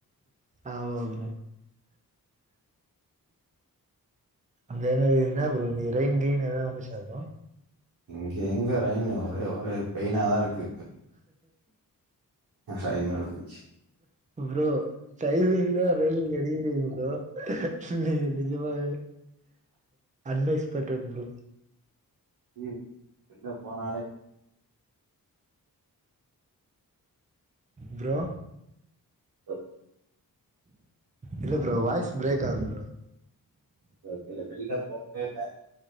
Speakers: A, on the right; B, on the right.
A: ஆமா ப்ரோ அங்க என்ன ப்ரோ இரைன் கெயின் எதவது வந்துஷா ப்ரோ
B: இங்க எங்க இரைனு ஒரே ஒரே போய்னதான் இருக்கு ரெயின் வருது
A: ப்ரோ டைமிங்கில ரிலிங் கடிக்கிரிங்கா ப்ரோ நீ நிஜமாவே அட்வைஸ் பண்ற ப்ரோ
B: ம் எங்க போனாரே
A: ப்ரோ
B: ஹ
A: இல்ல ப்ரோ வாய்ஸ் பிரேக் ஆகுது ப்ரோ
B: க வெளில போயினே இருந்த